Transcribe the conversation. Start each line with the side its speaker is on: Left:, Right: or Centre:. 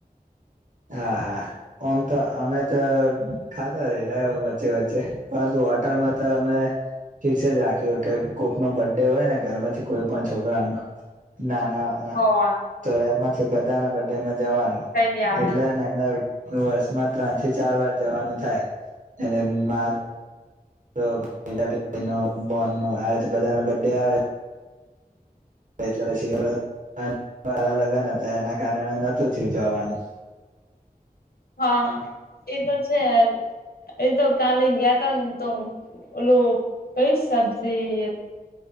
Right: હા હા ઓમ તો અમે તો ખાતા રેટ વચ્ચે વચ્ચે પરંતુ હોટલમાં તો અમે ફિક્સ જ રાખીએ કે કોકનો બર્થડે હોયને ઘરમાંથી કોઈપણ છોકરાનો ના ના
Left: હોવા
Right: તો એમાંથી બધા ના બડેમાં જવાનું
Left: જઈ આવવાની
Right: એટલે હેને મે વર્ષમાં ત્રણથી ચાર વાર જવાનું થાય એટલે માર તો <inaudible> બેનો બનનો આવી તો બધાનો બડે આવે એટલે પછી મારા લગ્ન હતા એના કારણે નતું થીયુ જવાનું <inaudible>
Left: હા એ તો છે. એતો કાલે ગયા ત ને તો ઓલું. કઈ સબજી